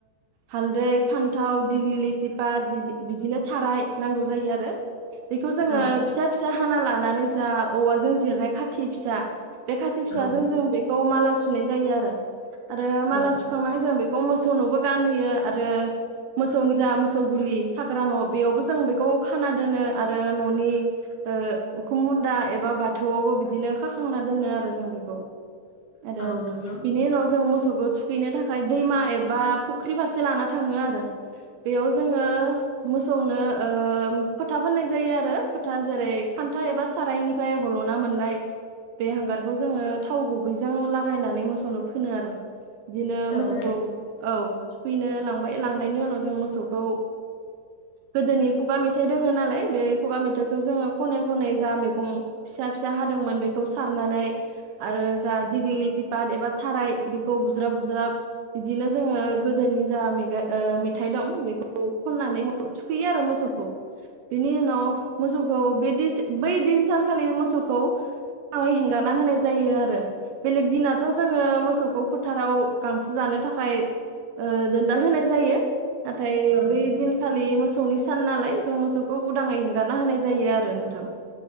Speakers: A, on the right; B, on the left.
A: हालदै फान्थाव दिग्लिलिथिपा बिदि-बिदिनो थाराय नांगौ जायो आरो बेखौ जोङो
B: औ
A: फिसा फिसा हाना लानानै जा औवाजों जिरनाय खाथि फिसा, बे खाथि फिसाजों
B: औ
A: जों बेखौ माला सुनाय जायो आरो। आरो माला
B: औ
A: सुखांनानै जों बेखौ मोसौनोबो गानहोयो आरो मोसौनि जा मोसौ गुलि थाग्रा न' बेयावबो जों बेखौ खाना दोनो आरो न'नि ओ उखुम मुन्दा एबा बाथौआवबो बिदिनो खाखांना दोनो आरो जों बेखौ। आरो
B: औ नंगौ
A: बिनि उनाव जों मोसौखौ थुखैनो थाखाय दैमा एबा फुख्रि फारसे लाना थाङो आरो बेयाव जोङो मोसौनो ओ खोथा फोननाय जायो आरो खोथा जेरै खान्था एबा सारायनिफ्राय हल' ना मोननाय बे हांगारखौ जोङो थाव गुबैजों लागायनानै मोसौनो फोनो आरो, बिदिनो मोसौखौ
B: औ नों
A: औ सुखैनो लांबाय लांनायनि उनाव जों मोसौ खौ गोदोनि खुगा मेथाइ दोङ नालाय बे खुगा मेथाइखौ जोङो खनै खनै जा मैगं फिसा फिसा हादोंमोन बेखौ सारनानै आरो जा दिग्लिथिपाट एबा थाराय बेखौ बुज्राब बुज्राब बिदिनो जोंङो गोदोनि जा मेगा ओ मेथाइ दं बेखौ खननानै थुखैयो आरो मोसौखौ। बेनि उनाव मोसौखौ बे दैसा बै दिन सानखालि मोसौखौ मोजांङै हेंगारा होनाय जायो आरो बेलेग दिनाथ' जोंङो मोसौखौ फोथाराव गांसो जानो थाखाय ओ दोनदाल होनाय जायो नाथाय
B: औ नंगौ
A: बै दिनखालि मोसौनि सान नालाय जों मोसौखौ उदांङै हेंगारना होनाय जायो आरो नोंथां।